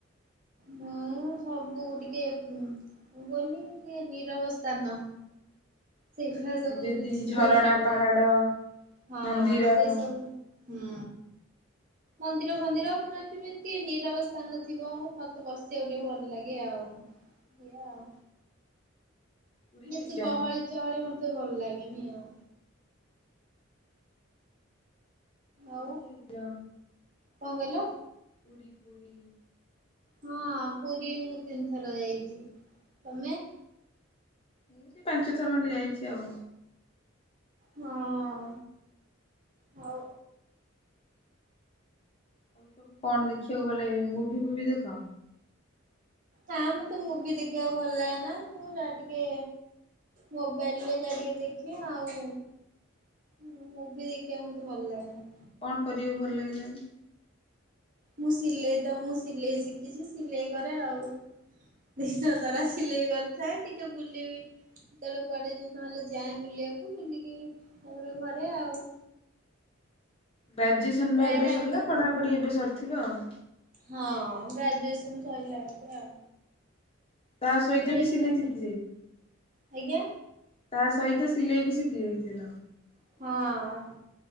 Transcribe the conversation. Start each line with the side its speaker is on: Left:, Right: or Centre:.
Right: ମୁଁ ସବୁ ଟିକେ ମୁ କହନି ଟିକେ ନିରବ ସ୍ଥାନ। <unintelligible> <unintelligible>
Left: ମାନେ
Right: ସବୁ
Left: ଯେମିତି
Right: ଯିବାକୁ
Left: ଝରଣା
Right: ଭଲ ଲାଗେ।
Left: ପାହାଡ
Right: ହଁ
Left: ମନ୍ଦିର
Right: ସେଇ ସବୁ। ହୁଁ ମନ୍ଦିର ଫନ୍ଦିର ପ ଏମତି ଟିକେ ନିରବ ସ୍ଥାନ ଥିବ। ମ ତେ ବସିବାକୁ ଟିକେ ଭଲ ଲାଗେ ଆଉ ଇଏ ଆଉ।
Left: ପୁରୀ
Right: ବେଶୀ
Left: ଯାଇଛ?
Right: ଗହଳି ଚହଳି ମତେ ଭଲ ଲାଗେନି ଆଉ। ଆଉ
Left: ପୁରୀ ଯାଇଛ?
Right: କଣ କହିଲ?
Left: ପୁରୀ ପୁରୀ
Right: ହଁ ପୁରୀ ମୁଁ ତିନିଥର ଯାଇଛି। ତମେ?
Left: ମୁଁ ସେ ପାଞ୍ଚ ଥର ଖଣ୍ଡେ ଯାଇଛି ଆଉ।
Right: ହଁ ହଉ
Left: ଆଉ ସବୁ କଣ ଦେଖିବାକୁ ଗଲେ ମୁଭି ଫୁଭି ଦେଖ?
Right: ହ ମତେ ମୁଭି ଦେଖିବାକୁ ଭଲ ଲାଗେ ନା ମୁଁ ଯା ଟିକେ ମୋବାଇଲରେ ଯା ଟିକେ ଦେଖି ଆଉ ହଁ ମୁଁଭି ଦେଖିବା ମତେ ଭଲ ଲାଗେନି।
Left: କଣ କରିବାକୁ ଭଲ ଲାଗେ?
Right: ମୁଁ ସିଲେଇ ତ ମୁଁ ସିଲେଇ ଶିଖିଛି ସିଲେଇ କରେ ଆଉ। ଦିନ ସାରା
Left: ଓହୋ
Right: ସିଲେଇ କରିଥାଏ ଟିକେ ବୁଲିବି କେତେବେଳେ କୁଆଡେ ନହେଲେ ଯାଏଁ ବୁଲିବାକୁ, ବୁଲିକି ତାପର ଘରେ ଆଉ।
Left: ଗ୍ରାଜୁଏସନ
Right: ପ୍ରାୟ
Left: ବା ଏବେ
Right: ଟାଇମ୍
Left: ସରିଲା,
Right: ତ
Left: ପଢାପଢି ଏବେ ସରିଥିବ ଆଉ?
Right: ହଁ ଗ୍ରେଜୁଏସନ୍ ସଇଲା ଏବେ ଆଉ।
Left: ତା ସହିତ
Right: ଏକ୍ଜାମ
Left: ବି ସିଲେଇ ଶିଖି ଯାଇଛ?
Right: ଆଜ୍ଞା
Left: ତା ସହିତ ସିଲେଇ ବି ଶିଖି ଯାଇଥିଲ?
Right: ହଁ।